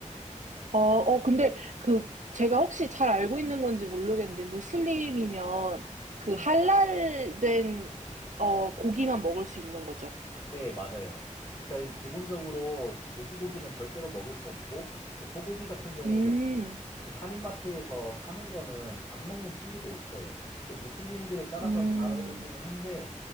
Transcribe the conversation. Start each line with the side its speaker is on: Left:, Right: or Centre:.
Right: 어, 어, 근데
Left: 음.
Right: 그 제가 혹시 잘 알고 있는 건지 모르겠는데 무슬림이면 그
Left: 네.
Right: 할랄된 어, 고기만 먹을 수 있는 거죠.
Left: 네, 맞아요. 그러니까 기본적으로 돼지고기는 절대로 먹을 수 없고 또 소고기 같은 경우도
Right: 음,
Left: 이제 한인마트에서 파는 거는 안 먹는 친구도 있어요. 이게 무슬림들에 따라서
Right: 음,
Left: 다르기는 한데